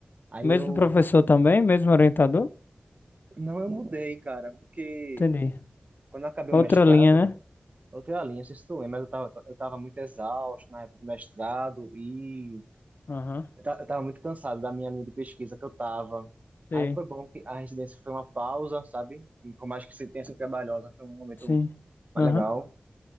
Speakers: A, on the right (about 45°); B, on the left (about 70°).
A: Aí
B: Mesmo
A: eu
B: professor também? Mesmo orientador?
A: não, eu mudei, cara, porque
B: Entendi.
A: quando eu acabei
B: Outra
A: o mestrado
B: linha, né?
A: Eu tenho a linha, não sei se tu lembra, mas eu tava, eu tava muito exausto na época do mestrado e
B: Aham.
A: eu ta- eu tava muito cansado da minha linha de pesquisa que eu tava.
B: Sei,
A: Aí foi bom que a residência foi uma pausa, sabe? E por mais que se tenha sido trabalhosa, foi um momento
B: sim.
A: mais
B: Aham.
A: legal.